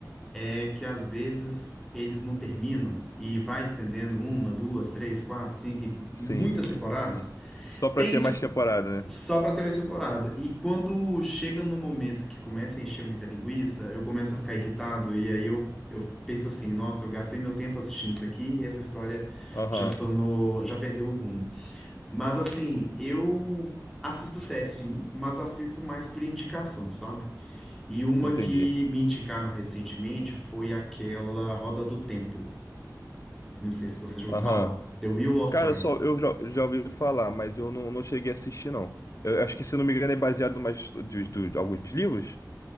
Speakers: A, in the centre; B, on the left.
A: é que às vezes eles não terminam e vai estendendo uma, duas, três, quatro, cinco,
B: sim.
A: muitas temporadas.
B: S- Só pra
A: Tem,
B: ter mais temporada, né?
A: Só para ter mais temporadas. E quando chega no momento que começa a encher muita linguiça, eu começo a ficar irritado e aí eu, eu penso assim, nossa, eu gastei meu tempo assistindo isso aqui e essa história
B: Aham,
A: já se tornou, já perdeu o rumo. Mas assim, eu assisto série sim, mas assisto mais por indicação, sabe? E uma
B: entendi.
A: que me indicaram recentemente foi aquela Roda do Tempo. Não sei se você já ouviu
B: Aham.
A: falar. The Wheel of
B: Cara,
A: Time.
B: só eu já, já ouvi falar, mas eu não, não cheguei a assistir, não. Eu acho que, se não me engano, é baseado mais de, de, de alguns livros.